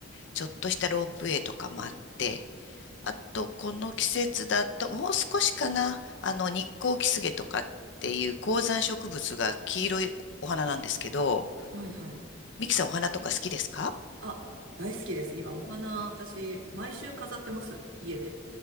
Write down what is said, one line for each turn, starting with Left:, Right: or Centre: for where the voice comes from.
Left: ちょっとしたロープウェイとかもあって、あと、この季節だと、もう少しかな、あの、日光キスゲとかっていう高山植物が黄色いお花なんですけど、
Right: はいはい。
Left: ミキさんお花とか好きですか
Right: あ、大好きです。今お花、私、毎週飾ってます。家で。